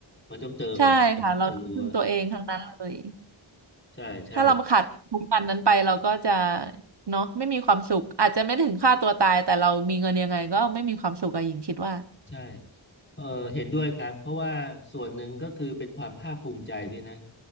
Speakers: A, on the left; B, on the right.
A: มันต้องเจอของจริงถึงจะรู้อะ
B: ใช่ค่ะเราต้องพึ่งตัวเองทั้งนั้นเลย
A: ใช่ใช่
B: ถ้าเราขาดทุกวันนั้นไปเราก็จะเนาะไม่มีความสุขอาจจะไม่ถึงฆ่าตัวตายแต่เรามีเงินยังไงก็ไม่มีความสุขอะหญิงคิดว่า
A: ใช่เออเห็นด้วยครับเพราะว่าส่วนหนึ่งก็คือเป็นความภาคภูมิใจด้วยนะ